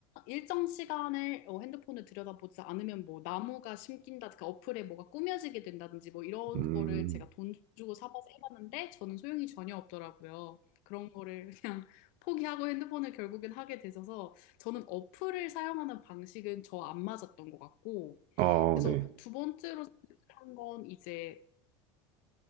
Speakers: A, on the left (about 60°); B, on the right (about 55°).
A: 일정 시간을 어, 핸드폰을 들여다보지 않으면 뭐 나무가 심긴다, 그 어플에 뭐가 꾸며지게 된다든지 뭐 이런
B: 음.
A: 거를 제가 돈 주고 사봐서 해봤는데 저는 소용이 전혀 없더라고요. 그런 거를 그냥 <laughs> 포기하고 핸드폰을 결국엔 하게 되셔서 저는 어플을 사용하는 방식은 저 안 맞았던 것 같고,
B: 아
A: 그래서
B: 네.
A: 두 번째로 한 건 이제,